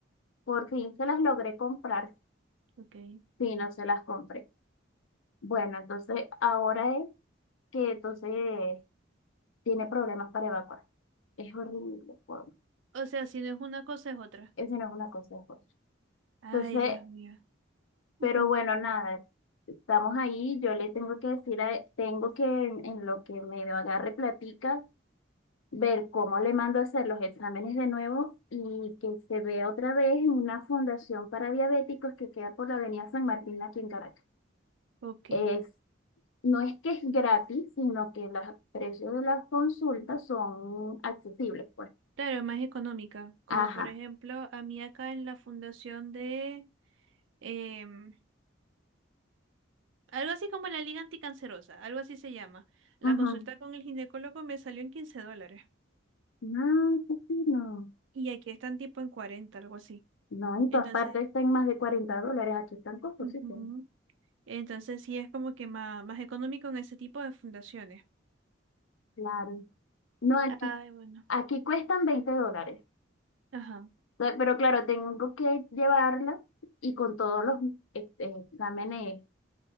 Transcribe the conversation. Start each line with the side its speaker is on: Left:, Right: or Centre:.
Left: por fin se las logré comprar,
Right: Ok.
Left: sí, no se las compré. Bueno, entonces ahora es que entonces tiene problemas para evacuar. Es horrible, por-
Right: O sea, si no es una cosa, es otra.
Left: eso no es una cosa, es otra.
Right: Ay,
Left: Entonces,
Right: Dios mío. Ujú.
Left: pero bueno, nada, Estamos ahí, yo le tengo que decir, a- tengo que en, en lo que me agarre platica, ver cómo le mando a hacer los exámenes de nuevo y que se vea otra vez en una fundación para diabéticos que queda por la Avenida San Martín aquí en Caracas.
Right: Ok.
Left: Es, no es que es gratis, sino que los precios de las consultas son accesibles, pues.
Right: Claro, es más económica. Como
Left: Ajá.
Right: por ejemplo, a mí acá en la fundación de... em, algo así como la Liga Anticancerosa, algo así se llama. La
Left: ujú.
Right: consulta con el ginecólogo me salió en 15 dólares.
Left: No, sí, sí, no.
Right: Y aquí están tipo en 40, algo así.
Left: No, en
Right: Entonces,
Left: todas partes están más de 40 dólares, aquí están costosísimos.
Right: ujú, Entonces sí es como que más, más económico en ese tipo de fundaciones.
Left: Claro. No, aquí
Right: Ay, bueno.
Left: Aquí cuestan veinte dólares,
Right: Ajá.
Left: Entonces, pero claro, tengo que llevarla y con todos los ex- exámenes